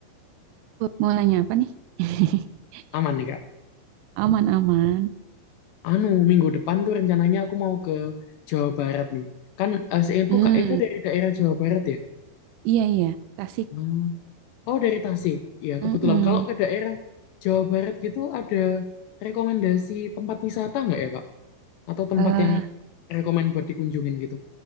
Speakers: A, on the right; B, on the left.
A: Mau nanya apa nih? <laughs>
B: Aman nih Kak.
A: Aman-aman.
B: Anu, minggu depan tuh rencananya aku mau ke Jawa Barat nih. Kan eh, seingatku
A: Hmm,
B: Kak Ega dari daerah Jawa Barat ya?
A: iya iya. Tasik.
B: Hmm. Oh, dari Tasik. Ya,
A: Mm-mm.
B: kebetulan kalau ke daerah Jawa Barat gitu ada rekomendasi tempat wisata nggak ya Kak? Atau tempat
A: Eh,
B: yang rekomend buat dikunjungin gitu?